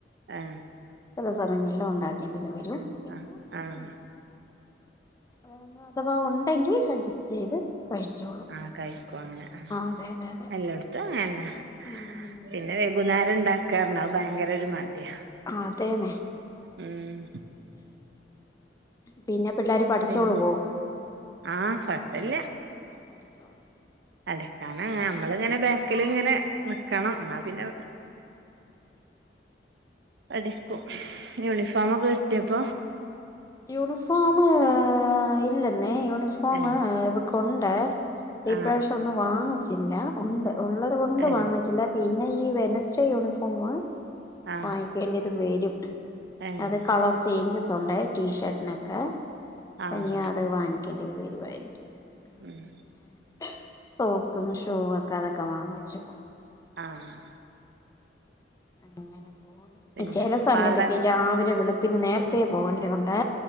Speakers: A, on the right (about 65°); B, on the left (about 20°).
A: ആ
B: ചില സമയങ്ങളിലും ഉണ്ടാക്കേണ്ടി വ പിന്നെ
A: ആഹ് ആഹ്
B: ഉം ആ അന്നാ അഥവാ ഉണ്ടെങ്കിൽ അഡ്ജസ്റ്റ് ചെയ്ത് കഴിച്ചോളും
A: ആ കഴിക്കും അങ്ങനെ ആ
B: അതെ അതെ അതെ
A: എല്ലേടത്തും അങ്ങനെ തന്നെ
B: ഉം
A: പിന്നെ വൈകുന്നേ ഉണ്ടാക്ക പറഞ്ഞാ അത് ഭയങ്കര ഒരു മടിയാ
B: ആ അതേന്നെ
A: ഉം
B: പിന്നെ പിള്ളേര് പഠിച്ചോളുവോ
A: പിന്നെ ആ കൊഴപ്പല്ല
B: പഠിച്ചോളും
A: അതെ കാരണം ഞമ്മളിങ്ങനെ ബാക്കിലിങ്ങനെ നിക്കണം എന്നാ പിന്നെ <unintelligible> <unintelligible>
B: നടക്കും
A: കിട്ടയപ്പ
B: യൂണിഫോമ് ഇല്ലെന്നെ യൂണിഫോമ്
A: ഏഹ്
B: കൊണ്ട് ഇപ്രാവശ്യം
A: ആഹ്
B: ഒന്നും വാങ്ങി ജില്ല ഒണ്ട് ഉള്ളത് കൊണ്ട്
A: ഏഹ്
B: വാങ്ങിച്ചില്ല പിന്നെ ഈ വെനസ്ഡേ യൂണിഫോമ്
A: ആഹ്
B: വായിക്കേണ്ടത് വെരും
A: ഏഹ്
B: അത് കളർ ചേഞ്ച്സ് തൊണ്ടായി ടിഷർട്ടനക്കെ
A: ആഹ്
B: പനിയാ അത് വാ <unintelligible> വരുവായിരിക്കും ഉ
A: ഉം
B: പിന്നെ സോക്ക്സും ഷൂവൊക്കെ അതൊക്കെ വാങ്ങച്ചു
A: ആഹ
B: അങ്ങനെ പോവുന്നു
A: പിന്നെ
B: ചെല സമയത്തൊക്കെ
A: പാട
B: രാവിലെ വെളു പിന്നെ നേരത്തെ പോകേണ്ട്യ കൊണ്ട്